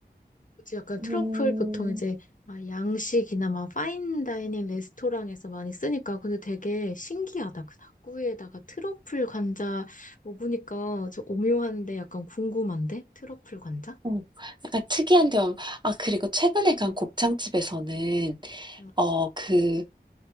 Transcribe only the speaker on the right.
음,
어, 약간 특이한 점. 아, 그리고 최근에 간 곱창집에서는,
어, 그,